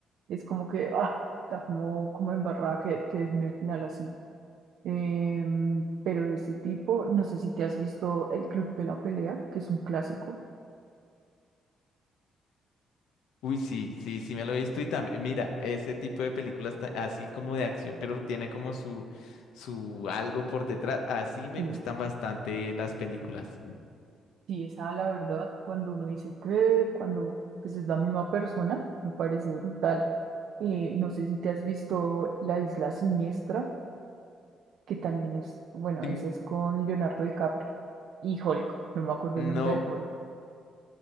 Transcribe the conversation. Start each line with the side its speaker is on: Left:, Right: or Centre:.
Right: Es como que, ah, está como, como embarrada que, que dejen el final así. Eh, pero de ese tipo, no sé si te has visto El Club de la Pelea, que es un clásico.
Left: Uy, sí, sí, sí me lo he visto y también, mira, ese tipo de películas ta- así como de acción, pero tiene como su, su algo por detrás. Así me
Right: Sí.
Left: gustan bastante las películas.
Right: Sí, esa la verdad, cuando uno dice que, cuando pues es la misma persona, me parece brutal. Eh, no sé si te has visto La Isla Siniestra, que también es, bueno,
Left: Mm,
Right: esa es con Leonardo DiCaprio y Hulk, no me acuerdo
Left: No.
Right: el nombre de Hulk.